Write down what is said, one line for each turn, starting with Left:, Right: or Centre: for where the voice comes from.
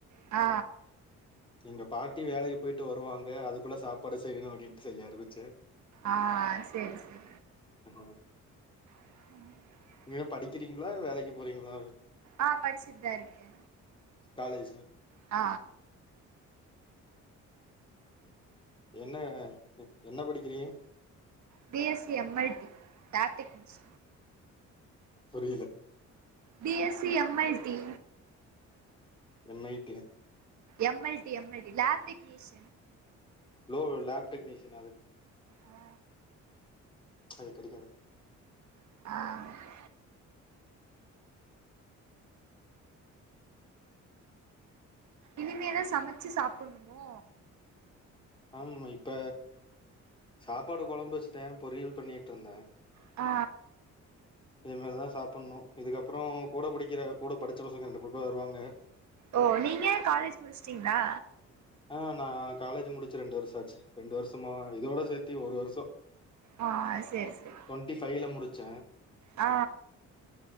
Right: ஆ
Left: எங்க பாட்டி வேலைக்கு போயிட்டு வருவாங்க அதுக்குள்ள சாப்பாடு செய்யணோ அப்டின்ட்டு செய்ய ஆரமிச்ச
Right: ஆ செரி செரி
Left: <inaudible>
Right: <inaudible>
Left: நீங்க படிக்கிறீங்களா வேலைக்கு போறீங்களா
Right: ஆ பச்சிட்தா இருக்கே
Left: காலேஜ்
Right: ஆ
Left: என்ன என்ன படிக்கிறீங்க
Right: B S C M I லாப்டிக்ஸ்
Left: புரில
Right: B S C M I T
Left: M I T யா
Right: M L T M L T லாப்டிக்ஸ்
Left: லோ லேப் டெக்னீஷியனா
Right: ஆ
Left: ஐ கடிக்காத
Right: அ இனிமேதா சமைச்சி சாப்புண்ணோ
Left: ஆமா இப்ப சாப்பாடு கொழம்பு வெஸ்ட பொரியல் பண்ணிட்டு இருந்த
Right: ஆ
Left: இனிமேல்தா சாப்புண்ணோ இதுக்கப்புறோ கூட படிக்கிற கூட படிச்ச பசங்க ரெண்டு மூணு பேர் வருவாங்க
Right: ஓ நீங்க காலேஜ் முடிச்சிட்டீங்ளா
Left: ஆ நா காலேஜ் முடிச்சு ரெண்டு வருஷோ ஆச்சி ரெண்டு வருஷமா இதோட சேத்தி ஒரு வருஷோ
Right: ஆ சேரி சேரி
Left: டொண்டி பைவ்ல முடிச்ச
Right: ஆ